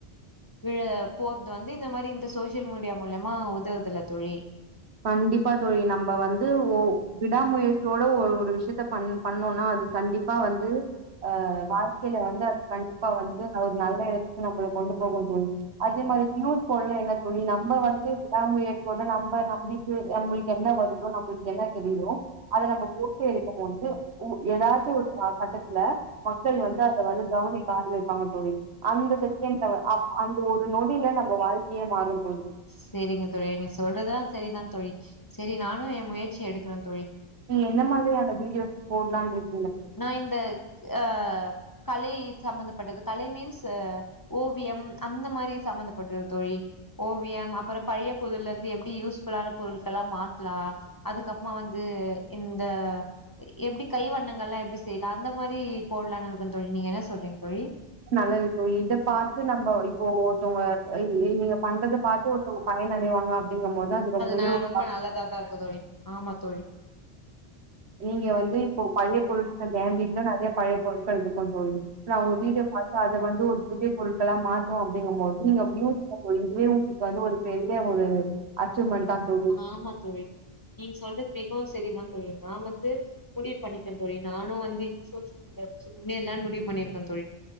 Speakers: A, on the left (about 20°); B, on the right (about 75°).
A: விழ போர்து வந் இந்த மாரி இந்த சோசியல் மீடியா மூலியமா உதவுதுல தோழி
B: கண்டிப்பா தோழி நம்ம வந்து ஓ விடாமுயற்சியோட ஒ ஒரு விஷயத்த பண் பண்ணோனா அதுக் கண்டிப்பா வந்து அ வாழ்க்கைல வந்து அது கண்டிப்பா வந்து அது ஒரு நல்ல எடத்துக்கு நம்ம கொண்டு போகுந் தோழி அதே மாரி நியூஸ் போலே தோழி நம்ம வந்து விடாமுயற் யோட நம்ப நம் நம்மளுக்கு என்ன வருதோ நம்மளுக்கு என்ன தெரியுதோ அத நம்ம போட்டே எடுக்கும் போது ஏதாச்சு ஒரு ஆ கட்டத்துல மக்கள் வந்து அத வந்து கவனிக்க ஆரம்பிப்பாங்க தோழி அந்த செகண்ட் அந்த ஒரு நொடில நம்ம வாழ்க்கையே மாறும் தோழி
A: சேரிங்க தோழி நீங்க சொல்றதுல்லா சரிதான் தோழி சேரி நானு ஏ முயற்சி எடுக் குறேன் தோழி
B: நீங்க என்ன மாரியான வீடியோஸ் போடலான் இருக்
A: நா இந்த ஆ கலை சம்பந்தப்பட்டது கலை மீன்ஸ் ஓவியம் அந்த மாரி சம்மந்தப்பட்டது தோழி ஓவியம் அப்றம் பழைய பொருள்லேந்து எப்டி யூஸ்ஃபுல்லான பொருட்கலா மாத்தாலா
B: தோழி
A: அதுக்கப்புறமா வந்து இந்த எப்டி கை வண்ணங் அ எப்டி செய்லா அந்த மாரி போடலானு இருக்கே தோழி நீங்க என்ன சொல்றீங்க தோழி
B: நல்லது தோழி இத பாத்து நம்ம இப்போ ஒருத்தவங்க நீங்க பண்றத பாத்து ஒருத்தவங்க பயனடைவாங்க அப்டிங்கும்போது அது ரொம்பவே
A: நா
B: ஒரு
A: ரொம்ப
B: மாரி
A: நல்லதாதா இருக்கு தோழி ஆமா தோழி
B: நீங்க வந்து இப்போ பழைய பொருட்கள்ள எ வீட்டுல நறையா பழைய பொருட்கள் இருக்கு தோழி நா உங்க வீடு பாத்து அத வந்து ஒரு புதிய பொருட்களா மாத்தோ அப்டிங்கும் போது நீங்க அப்டியு இதுவே உங்களுக்கு வந்து ஒரு பெரிய ஒரு அச்சீவ்மெண்ட் தா தோழி
A: ஆமா தோழி நீங்க <unintelligible> சரிதா தோழி நா வந்து முடிவு பண்ணி டே தோழி நானு வந்து சோசியல் மீடியா வச்சு முன்னேறுல்லாம்னு முடிவு பண்ணிருக்கே தோழி